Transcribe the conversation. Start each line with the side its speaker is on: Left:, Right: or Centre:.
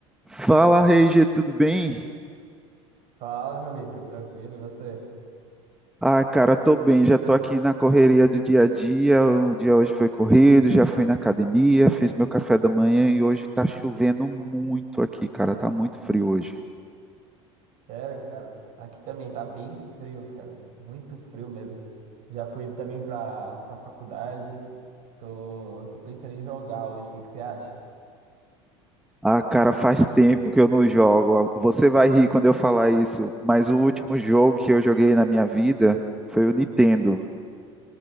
Centre: Fala, Reige, tudo bem?
Right: Fala, João Vitor, tranquilo, e você?
Centre: Ah, cara, tô bem, já tô aqui na correria do dia a dia. O dia hoje foi corrido, já fui na academia, fiz meu café da manhã e hoje tá chovendo muito aqui, cara, tá muito frio hoje.
Right: Sério, cara? Aqui também tá bem frio, cara. Muito frio mesmo. Já fui também pra, pra faculdade. Tô, tô pensando em jogar hoje, o que que você acha? <laughs>
Centre: Ah, cara, faz tempo que eu não jogo. Você vai rir quando eu falar isso, mas o último jogo que eu joguei na minha vida foi o Nintendo.